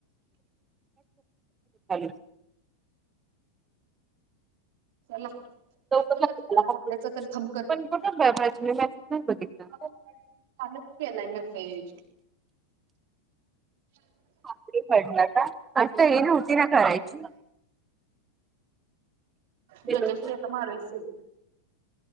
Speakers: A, on the right (about 20°); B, on the right (about 50°).
A: खाली
B: चला!
A: लवकर
B: हाफ
A: लागतं त्याला
B: डे चा तर थम कर.
A: पण कुठे मी मेसेज नाही बघितला.
B: कालच केलाय मी. <inaudible>
A: हाफ डे पडला का? आता हे नव्हती ना करायची?
B: जजश
A: तसं
B: ची आता मारलं सर!